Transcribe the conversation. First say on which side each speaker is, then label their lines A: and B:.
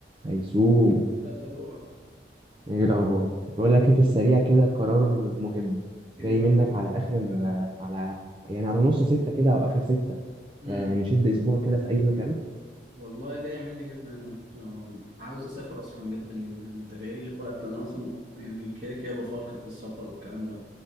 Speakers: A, on the right; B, on the right.
A: هيسوم
B: لا طروقة
A: ايه الاخبار بقول لك ايه في السريع كده قرار مهم
B: ايه
A: جاي
B: بقى
A: منك على اخر آه، على يعني على نص ستة كده او اخر ستة
B: امم
A: آه نشد اسبوع كده في اي مكان
B: والله جاي مني جدا وبت- وعاوز اسافر اصلا جدا جدا انت جاي لي في وقت انا اصلا يعني كده كده بفكر في السفر والكلام ده